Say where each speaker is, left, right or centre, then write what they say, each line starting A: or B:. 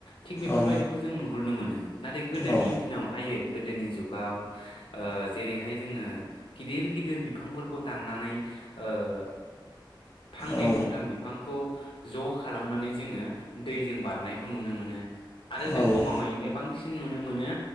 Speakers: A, on the left (about 80°); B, on the left (about 30°).
A: थिग बेफोरबायदिखौ
B: औ
A: जों नु हुरनो मोनो। नाथाय गोदोनि
B: औ
A: दिनाव हायो गोदोनि जुगाव ओ जेरैहाय जोङो गिदिर गिदिर बिफांफोरखौ दाननानै ओ फांनै
B: औ
A: फांथाम बिफांखौ ज' खालामनानै जोङो दैजों बारनायखौ नुनो मोनो। आरो जों
B: औ
A: गमामायैनो बांसिन नुनो मोनो